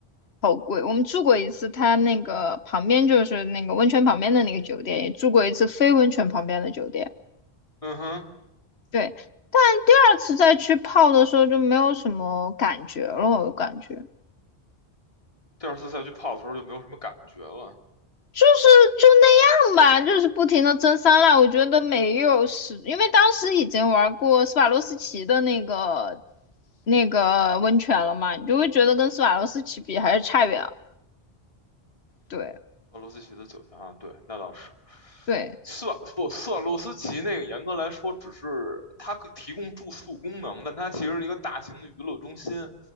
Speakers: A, on the left (about 75°); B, on the left (about 30°).
A: 好贵。我们住过一次，它那个旁边就是那个温泉旁边的那个酒店，也住过一次非温泉旁边的酒店。
B: 嗯哼，
A: 对，但第二次再去泡的时候就没有什么感觉了，我感觉
B: 第二次再去泡的时候就没有什么感觉了。
A: 就是就那样吧，就是不停的蒸桑拿，我觉得没有是，因为当时已经玩过斯瓦洛斯奇的那个那个温泉了嘛，你就会觉得跟斯瓦洛斯奇比还是差远了。对
B: 斯瓦洛斯奇的酒店啊，对，那倒是。
A: 对
B: 斯瓦不，斯瓦洛斯奇那个严格来说只是它可以提供住宿功能，但它其实是一个大型的娱乐中心。